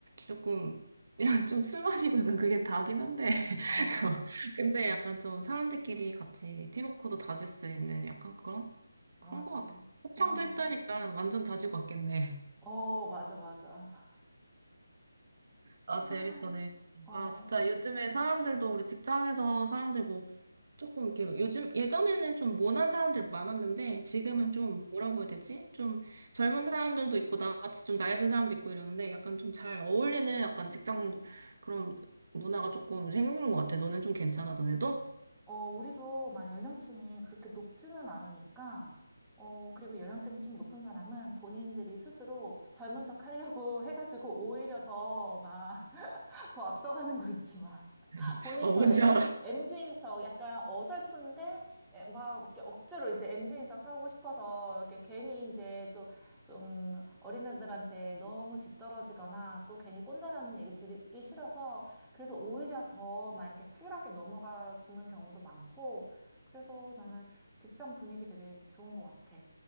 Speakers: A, on the right (about 55°); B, in the centre.
A: 조금, 그냥 좀 술 마시고 약간 그게 다긴 한데. <laughs>
B: 어,
A: 근데 약간 좀 사람들끼리 같이 팀워크도 다질 수 있는 약간 그런, 그런
B: 맞아.
A: 것 같아. 합창도
B: 어,
A: 했다니까 완전 다지고 왔겠네.
B: 어, 맞아, 맞아.
A: 아, 재밌다,
B: 아,
A: 재밌다.
B: 어,
A: 아, 진짜 요즘에 사람들도 우리 직장에서 사람들 뭐 조금 이렇게 요즘 예전에는 좀 모난 사람들 많았는데 지금은
B: 아. 어,
A: 좀 뭐라고 해야 되지? 좀 젊은 사람들도 있고 나같이 좀 나이 든 사람도 있고 이러는데 약간 좀 잘 어울리는 약간 직장 그런 문화가 조금 생긴 것 같아. 너네 좀 괜찮아, 너네도?
B: 어, 우리도 막 연령층이 그렇게 높지는 않으니까, 어, 그리고 연령층이 좀 높은 사람은 본인들이 스스로 젊은 척 하려고 <laughs> 해가지고 오히려 더막 더 앞서가는 거 있지만 <laughs>
A: <laughs>
B: 본인이
A: 어, 뭔지
B: 더 M,
A: 알아.
B: 엠지인 척 약간 어설픈데 에, 막 이렇게 억지로 이제 m 지인 척 하고 싶어서 이렇게 괜히 이제 또 좀 어린애들한테 너무 뒤떨어지거나 또 괜히 꼰대라는 얘기 듣기 싫어서 그래서 오히려 더 막 이렇게 쿨하게 넘어가 주는 경우도 많고 그래서 나는 직장 분위기 되게 좋은 것 같아.